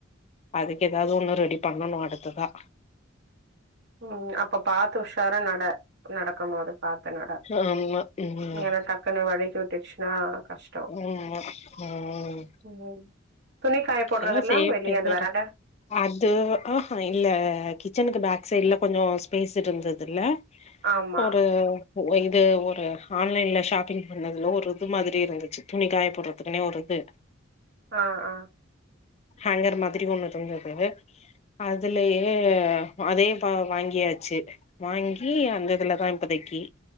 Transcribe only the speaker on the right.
ம் அப்ப பாத்து உஷாரா நட நடக்கும் போது பாத்து நடா
ஏன்னா டக்குனு வழிக்கி விட்டுச்சுன்னா கஷ்
ம் துணி காய போடுறதெல்லா
வெளிய அந்த
வெராண்ட
ஆமா
ஆ ஆ